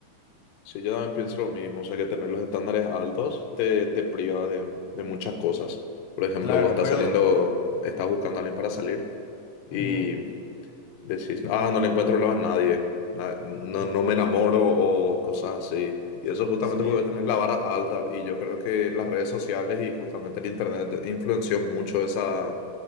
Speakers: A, on the left; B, on the left.
A: Sí, yo también pienso lo mismo, o sea que tener los estándares altos te, te priva de, de muchas cosas. Por ejemplo,
B: Claro,
A: vos estás
B: pero...
A: saliendo, estás buscando a alguien para salir. y
B: Ujú.
A: Decís, ah, no le encuentro lo a nadie, na- no, no me enamoro o cosas así. Y eso justamente
B: Sí,
A: porque tenés la vara alta y yo creo que las redes sociales y justamente el internet influenció mucho esa